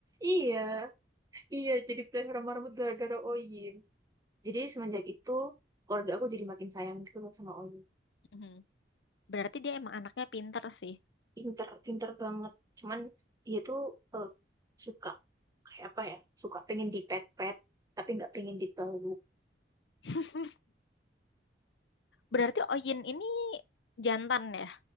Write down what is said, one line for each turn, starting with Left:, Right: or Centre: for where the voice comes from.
Right: Iya, iya jadi pelihara sama rambut gara-gara Oyim. Jadi semenjak itu keluarga aku jadi makin sayang gitu loh sama Oyim.
Left: Mhm. Berarti dia emang anaknya pinter sih.
Right: Pinter, pinter banget. Cuman dia tuh eh, suka kayak apa ya? Suka pengen dipet-pet, tapi nggak pengen dipeluk.
Left: <laughs> Berarti Oyin ini jantan ya?